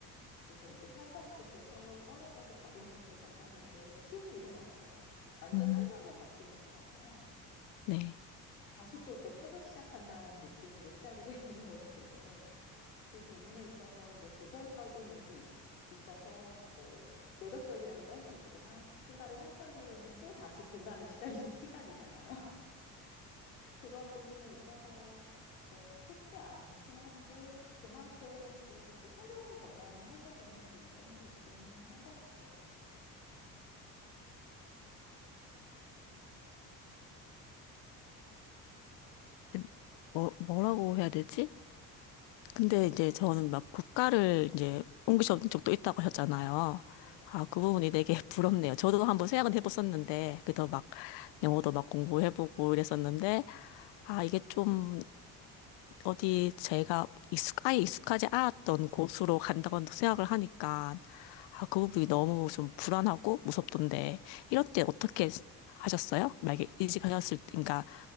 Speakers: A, on the left (about 85°); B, on the left (about 60°).
A: 그래서 이제 살던 곳에서 떨어져서 다른 곳으로 간다는 게 쉬운 일은 아니에요. 완전
B: 음,
A: 환경이 바뀌는 거잖아요.
B: 네.
A: 다시 또 이렇게 새로 시작한다라는 느낌으로 시작을 해야 되는 거기 때문에 그 부분에 있어서 이제 도전적인 면도 있어서 뭐 매력적이라고도 할 수 있지만 또 다른 한편으로는 또 다시 고난의 시작이 시간이잖아요. <laughs> 그런 부분에 있어서 네, 쉽지 않긴 한데 그만큼 또, 또 새로운 경험을 하게 되는 또 이점도 있기는 한 것 같아요.
B: 근데 뭐, 뭐라고 해야 되지? 근데 이제 저는 막 국가를 이제 옮기신 적도 있다고 하셨잖아요.
A: 네.
B: 아, 그 부분이 되게 <laughs> 부럽네요. 저도 한번 생각은 해봤었는데, 그래도 막 영어도 막 공부해보고 이랬었는데, 아, 이게 좀 어디 제가 익숙, 아예 익숙하지 않았던 곳으로 간다고 생각을 하니까, 아, 그 부분이 너무 좀 불안하고 무섭던데, 이럴 때 어떻게 하셨어요? 만약에 이직하셨을 때, 그러니까